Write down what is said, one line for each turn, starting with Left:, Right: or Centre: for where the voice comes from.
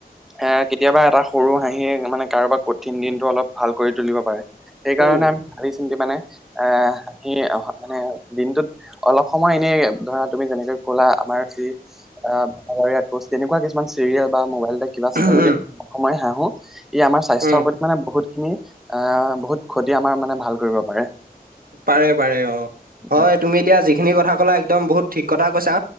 Centre: এ কেতিয়াবা এটা সৰু হাঁহিয়ে মানে কাৰোবাৰ কঠিন দিনটো অলপ ভাল কৰি তুলিব পাৰে। সেইকাৰণে
Right: উম।
Centre: আমি ভাবি চিন্তি মানে আহ হাঁহি মানে দিনটোত অলপ সময় এনেই ধৰা তুমি যেনেকে ক'লা আমাৰ যি তেনেকুৱা কিছুমান চিৰিয়েল বা মোবাইলতে কিবা
Right: উম,
Centre: চাই যদিয়ো অলপ সময় হাঁহো‌ ই আমাৰ স্বাস্থ্যৰ
Right: উম,
Centre: প্ৰতি মানে বহুত খিনি, আহ বহুত ক্ষতি আমাৰ মানে ভাল কৰিব পাৰে।
Right: পাৰে পাৰে অ'। হয়,
Centre: উম,
Right: তুমি এতিয়া যিখিনি কথা ক'লা একদম বহুত ঠিক কথা কৈছা।